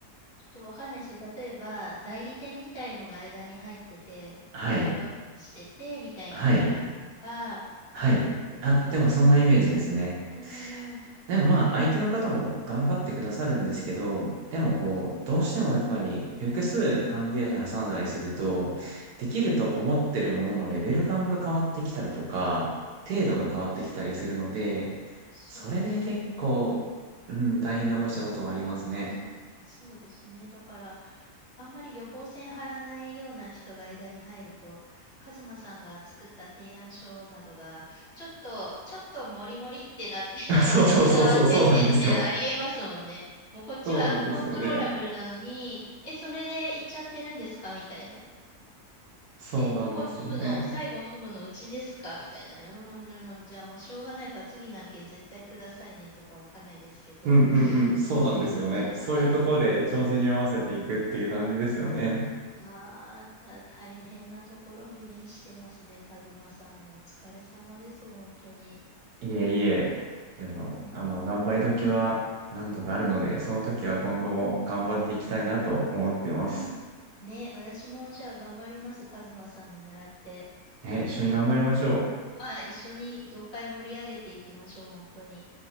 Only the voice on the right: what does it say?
はい。
はい。
はい。
あ、でもそんなイメージですね。
でもまあ、
相手の方も頑張ってくださるんですけど、
でもこう、
どうしてもやっぱり複数関係者挟んだりすると、できると思ってるもののレベル感が変わってきたりとか、程度が変わってきたりするので、
それで結構、うん、大変な思いしたことはありますね。
<laughs> そうそうそうそう、
そうなんですよ。
そうなんですよね。
そうなんですよね。
うんうんうん、そうなんですよね。
そういうとこで帳尻合わせていくっていう感じですよね。
いえいえ、でも、
あの、頑張り時は何度かあるので、
その時は今後も頑張っていきたいなと思ってます。
ね、一緒に頑張りましょう。